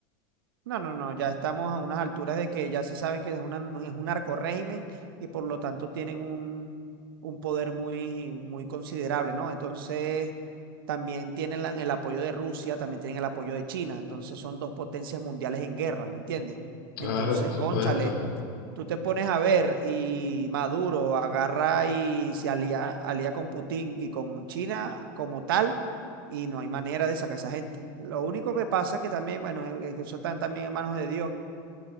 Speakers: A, on the right; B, on the left.
A: No, no, no, ya estamos a unas alturas de que ya se saben que es una, no, es un narcorrégimen y por lo tanto tienen un, un poder muy, muy considerable, ¿no? Entonces, también tienen la- el apoyo de Rusia, también tienen el apoyo de China, entonces son dos potencias mundiales en guerra, ¿me entiendes?
B: Claro,
A: Entonces,
B: por supuesto.
A: cónchale, tú te pones a ver y Maduro agarra y se alía, alía con Putin y con China como tal, y no hay manera de sacar a esa gente. Lo único que pasa es que también, bueno, eh, que eso está también en manos de Dios,